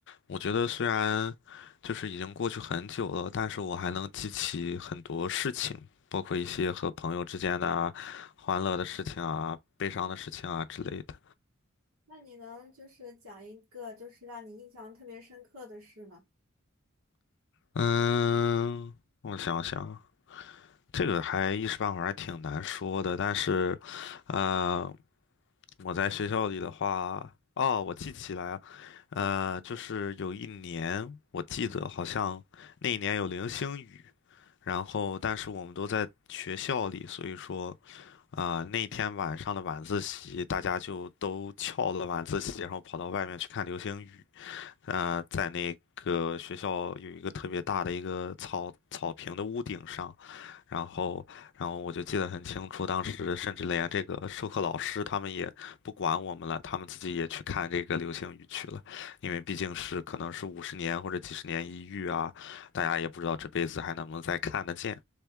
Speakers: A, on the left; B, on the right.
A: 我觉得虽然就是已经过去很久了，但是我还能记起很多事情，包括一些和朋友之间的啊欢乐的事情啊、悲伤的事情啊之类的。
B: 那你能就是讲一个就是让你印象特别深刻的事吗？
A: 嗯，我想想，这个还一时半会儿还挺难说的，但是，呃。我在学校里的话，哦，我记起来了，呃，就是有一年，我记得好像那一年有流星雨，然后但是我们都在学校里，所以说啊、那天晚上的晚自习，大家就都翘了晚自习，然后跑到外面去看流星雨。呃，在那个学校有一个特别大的一个草草坪的屋顶上，然后，然后我就记得很清楚，当时甚至连这个授课老师他们也不管我们了，他们自己也去看这个流星雨去了，因为毕竟是可能是五十年或者几十年一遇啊，大家也不知道这辈子还能不能再看得见。